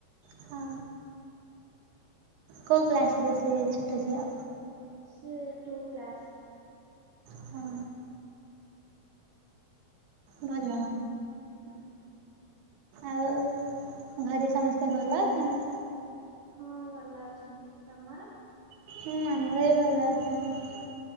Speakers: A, on the right; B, on the right.
A: ହଁ। କୋଉ କ୍ଲାସ ର ସେ ଛୋଟ ଝିଅ?
B: ସିଏ ଟୁ କ୍ଲାସ।
A: ହଁ ଭଲ।
B: ହୁଁ
A: ଆଉ ଘରେ ସମସ୍ତେ ଭଲ ଅଛନ୍ତି?
B: ହଁ ଭଲ ଅଛନ୍ତି। ତମର?
A: ହୁଁ ଆମର ବି ଭଲ ଅଛନ୍ତି।